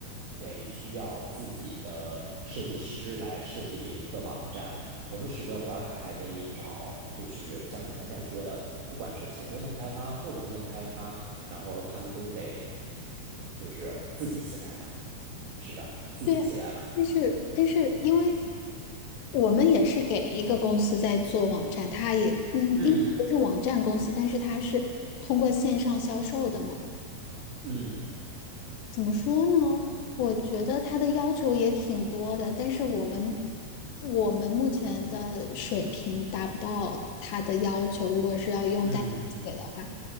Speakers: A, on the right; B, on the left.
A: 得需要自己的设计师来设计这一个网站，同时的话，他还得找，就是像你刚才说的，不管是前端的开发、后端的开发，然后他们都得就是自己写代码，是的，自己写代码。
B: 对呀，但是但是，因为我们也是给一个公司在做网站，它也嗯，
A: 嗯
B: 应该不是网站公司，但是它是通过线上销售的嘛。
A: 嗯
B: 怎么说呢？我觉得他的要求也挺多的，但是我们我们目前的水平达不到他的要求，如果是要用代码写的话，
A: 嗯嗯